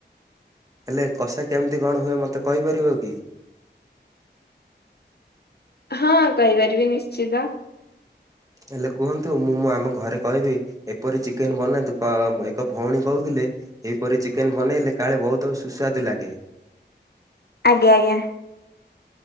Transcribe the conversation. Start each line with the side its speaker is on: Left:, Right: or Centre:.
Right: ହେଲେ କଷା କେମିତି କଣ ହୁଏ ମତେ କହିପାରିବକି?
Left: ହଁ କହିପାରିବି ନିଶ୍ଚିତ।
Right: ହେଲେ କୁହନ୍ତୁ ମୁଁ ମୁଁ ଆମ ଘରେ କହିବି ଏପରି ଚିକେନ ବନାନ୍ତୁ କ ଏକ ଭଉଣୀ କହୁଥିଲେ ଏହିପରି ଚିକେନ୍ ବନେଇଲେ କାଳେ ବହୁତ୍ ସୁସ୍ୱାଦୁ ଲାଗେ।
Left: ଆଜ୍ଞା ଆଜ୍ଞା।